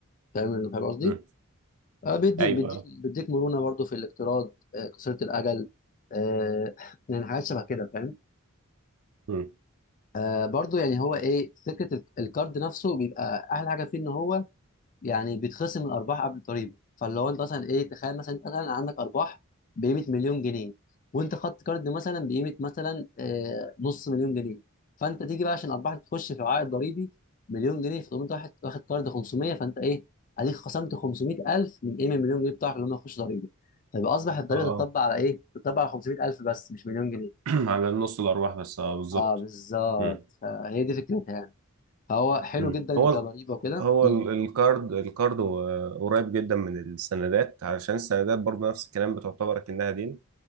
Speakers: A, on the left (about 40°); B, on the right (about 80°).
A: فاهم فاهم قصدي؟
B: مم.
A: آه، بيدي
B: ايوه
A: بيديك بيديك مرونة برضو في الاقتراض آه، قصيرة الأجل آه، <laughs> يعني حاجات شبه كده فاهم؟
B: مم.
A: آه، برضو يعني هو إيه فكرة القرض نفسه بيبقى أحلى حاجة فيه إن هو يعني بيتخصم الارباح قبل الضريبه فاللي هو انت مثلا ايه تخيل مثلا انت مثلا عندك ارباح بقيمه مليون جنيه وانت خدت كارد مثلا بقيمه مثلا آه، نص مليون جنيه فانت تيجي بقى عشان الارباح تخش في العائد الضريبي مليون جنيه فتقوم انت واحد واخد كارد 500 فانت ايه اديك خصمت 500,000 من ايه من مليون جنيه بتاعك اللي هم يخش ضريبه فيبقى اصبح الضريبه
B: اه
A: تطبق على ايه؟ تطبق على 500,000 بس مش مليون جنيه
B: <clears throat> على نص الارباح بس اه بالظبط
A: اه بالظبط
B: مم.
A: فهي دي فكرتها يعني فهو حلو
B: مم.
A: جدا
B: هو ال-
A: كضريبه وكده
B: هو
A: امم
B: ال- الكارد الكارد هو قريب جدا من السندات علشان السندات برضه نفس الكلام بتعتبر كأنها دين